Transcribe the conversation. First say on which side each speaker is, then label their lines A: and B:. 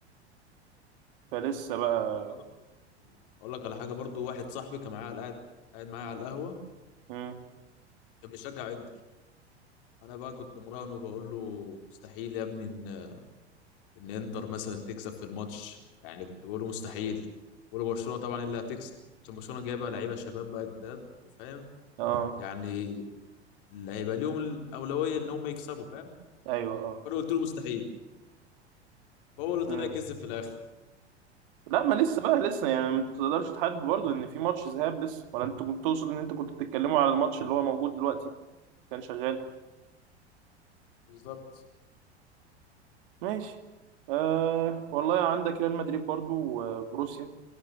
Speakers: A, on the right; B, on the left.
A: فلسه بقى
B: في برضه اقول لك على حاجه برضه واحد صاحبي كان معايا قاعد قاعد معايا على القهوه
A: مم.
B: كان بيشجع انتر انا بقى كنت مراهنه وبقول له مستحيل يا ابني ان ان انتر مثلا تكسب في الماتش يعني كنت بقول له مستحيل بقول له برشلونه طبعا إيه اللي هتكسب عشان برشلونه جايبه لعيبه شباب بقى جداد وفاهم
A: اه
B: يعني اللي هيبقى ليهم الاولويه ان هم يكسبوا فاهم
A: ايوه اه
B: فانا قلت له مستحيل فهو اللي طلع
A: مم.
B: كسب في الاخر
A: لا ما لسه بقى لسه يعني ما تقدرش تحدد برضه ان في ماتش ذهاب لسه ولا انت كنت تقصد ان انت كنت بتتكلموا على الماتش اللي هو موجود دلوقتي كان شغال
B: بالظبط
A: ماشي آه والله عندك ريال مدريد برضه وبروسيا